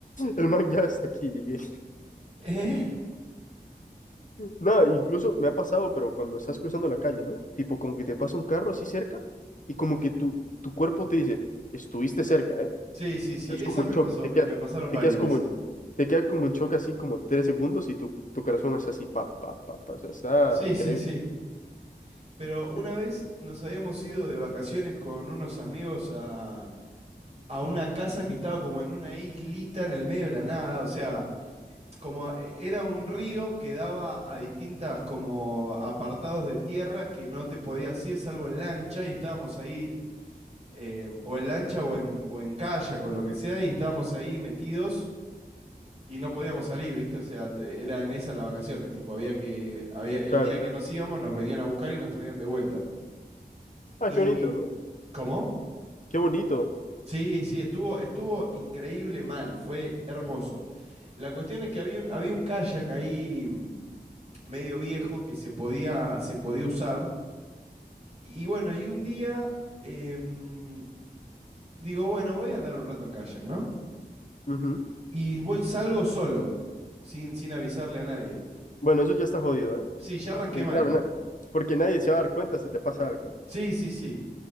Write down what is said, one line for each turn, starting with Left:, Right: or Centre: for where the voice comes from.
Left: el man ya hasta aquí llegué.
Right: ¿Eh?
Left: Nada, incluso me ha pasado, pero cuando estás cruzando la calle, ¿no? Tipo, como que te pasa un carro así cerca y como que tu, tu cuerpo te dice, estuviste cerca, ¿eh?
Right: Sí, sí, sí,
Left: Es
Right: esa
Left: como
Right: me
Left: en shock,
Right: pasó,
Left: te quedas,
Right: me pasaron
Left: te
Right: varias
Left: quedas como
Right: de esas.
Left: en, te quedas como en shock así como tres segundos y tu, tu corazón hace así, pa, pa, pa, pa, o sea, está
Right: Sí,
Left: increíble.
Right: sí, sí. Pero una
Left: Sí,
Right: vez nos habíamos ido de vacaciones con unos amigos a, a una casa que estaba como en una islita en el medio de la nada, o sea, como eh, era un río que daba a distintas como apartados de tierra que no te podías ir salvo en lancha y estábamos ahí eh, o en lancha o en, o en kayak o lo que sea y estábamos ahí metidos y no podíamos salir, ¿viste? O sea, te- era en esas las vacaciones, tipo, había que, había, el
Left: claro,
Right: día
Left: claro.
Right: que nos íbamos nos venían a buscar y nos traían de vuelta.
Left: Ah,
Right: Y,
Left: qué bonito, ¿no?
Right: ¿cómo?
Left: Qué bonito.
Right: Sí, sí, estuvo, estuvo increíble mal, fue hermoso. La cuestión es que había un, había un kayak ahí mm, medio viejo que se podía, se podía usar. Y bueno, y un día em, digo, bueno, voy a andar un rato en kayak, ¿no?
Left: Ujú.
Right: Y voy, salgo solo, sin, sin avisarle a nadie.
Left: Bueno, eso ya está jodido, ¿eh?
Right: Sí, ya arranqué
Left: Porque
Right: mal.
Left: claro, na- porque nadie se va a dar cuenta si te pasa algo.
Right: Sí, sí, sí,